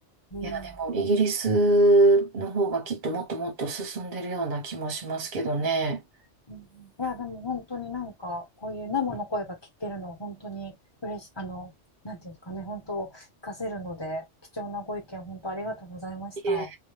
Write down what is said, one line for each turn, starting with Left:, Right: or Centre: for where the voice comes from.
Left: うん。
Right: いや、でもイギリスの方がきっともっともっと進んでるような気もしますけどね。
Left: うんいや、でも本当になんか、こういう生の声が聞けるの、本当に嬉しい、あの、なんていうんですかね、本当、活かせるので、貴重なご意見、本当ありがとうございました。
Right: いえ